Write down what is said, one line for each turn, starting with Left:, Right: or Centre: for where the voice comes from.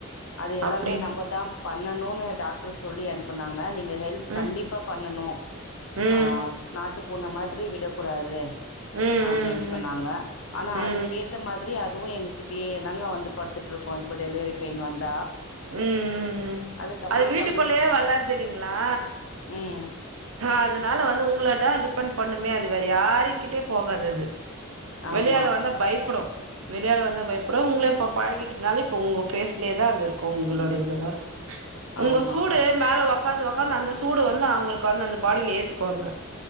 Left: அது எல்லாமே
Right: அப்டிங்க
Left: நம்ப தாம் பண்ணணூனு டாக்ட்ரு சொல்லி அனுப்புனாங்க நீங்க ஹெல்ப்
Right: ம்
Left: கண்டிப்பா பண்ணணூ
Right: ம்
Left: ஆ நாட்டு பூன மாதிரி விடக்கூடாது
Right: ம்
Left: அப்டின்
Right: ம் ம்
Left: சொன்னாங்க ஆனா
Right: ம் ம்
Left: அதுக்கேத்த மாதிரி அதுவு எங்ககிட் டியே தாங்க வந்து படுத்துட்ருக்கு இப்ப டெலிவெரி பெயின் வந்தா
Right: ம் ம் ம்
Left: அதுக்கப்புறம்
Right: அது வீட்டுக்குள்ளயே
Left: டப்ல
Right: வளர்தில்லிங்களா
Left: ம்
Right: அதனால வந்து உங்களதா டிபெண்ட் பண்ணுமே அது வேற யாரை கிட்டயு போகாதது
Left: ஆமா.
Right: வெளியாளு வந்தா பயப்படு வெளியாளு வந்தா பயப்படு உங்ள இப்போ பழகிட்டனால இப்போ உங்கோ பேஸ்லயேதா அது இருக்கு உங்களோட இதுலதா இருக்கு உங்க
Left: ஆமாங்க.
Right: சூடு மேல ஒக்காந்து ஒக்காந்து அந்த சூடு வந்து அவங்களுக் வந்து அந்த பாடியில ஏத்துக்குவாங்க